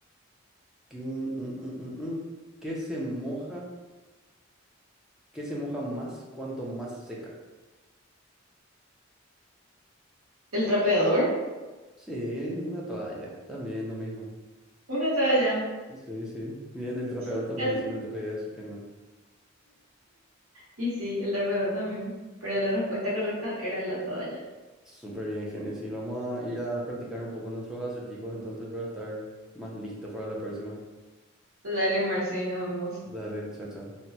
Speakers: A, in the centre; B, on the right.
A: ¿Qué, mm, mm, mm, mm. ¿Qué se moja? ¿Qué se moja más cuanto más seca?
B: ¿El trapeador?
A: Sí, una toalla. También lo mismo.
B: Una toalla.
A: Sí, sí. Bien, el trapeador
B: Sí,
A: también,
B: casi.
A: así que no te podía decir que no.
B: Y sí, el trapeador también. Pero la respuesta correcta era la toalla.
A: Súper bien, Génesis. Vamos a ir a practicar un poco nuestros acertijos entonces para estar más listos para la próxima.
B: Dale, Marce, nos vemos.
A: Dale, chao, chao.